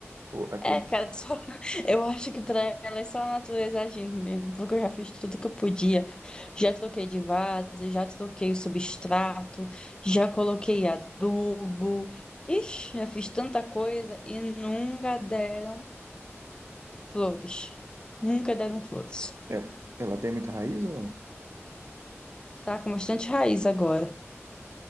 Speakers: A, on the right; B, on the left.
A: o- aquele.
B: É, cara, só... <laughs> eu acho que pra ela é só a natureza agindo mesmo, porque eu já fiz tudo que eu podia. Já troquei de vaso, já troquei o substrato, já coloquei adubo. Ixi, já fiz tanta coisa e nunca deram flores. Nunca deram flores.
A: Ela, ela tem muita raiz ou não?
B: Tá com bastante raiz agora.